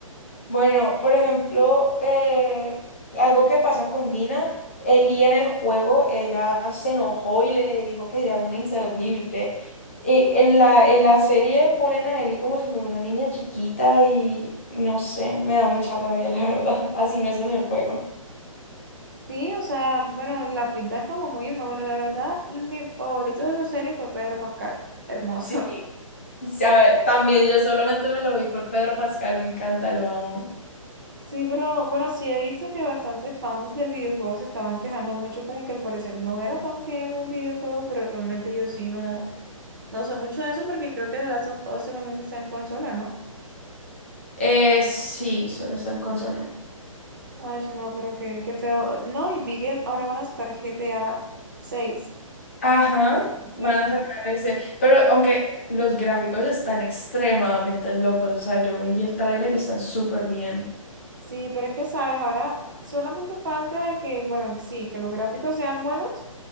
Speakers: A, on the left; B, on the right.
A: Bueno, por ejemplo, eh, algo que pasa con Dina, Ellie en el juego, ella se enojó y le dijo que ella era una inservible. Y en la, en la serie ponen a Ellie como si fuera una niña chiquita y no sé, me da mucha rabia, la verdad. <laughs> Así no es en el juego.
B: Sí, o sea, bueno, la pintan como muy inmadura, la verdad, mi favorito de esa serie fue Pedro Pascal, hermoso.
A: Sí,
B: <laughs>
A: sabe, también yo solamente me lo voy por Pedro Pascal, me encanta, lo amo.
B: Sí, pero bueno, sí he visto que bastantes fans del videojuego se estaban quejando mucho, como que al parecer no era tan fiel al videojuego, pero realmente yo sí no. No sé mucho de eso porque creo que The Last of Us solamente está en consola, ¿no?
A: Eh, sí, solo está en consola.
B: Ay, no, pero qué, qué feo. No, y vi que ahora van a sacar GTA seis.
A: Ajá,
B: Entonces,
A: van a sacar ese. Pero aunque los gráficos están extremadamente locos, o sea, yo vi el tráiler y están súper bien.
B: sí, pero es que, ¿sabes? Ahora solamente falta de que, bueno, sí, que los gráficos sean buenos,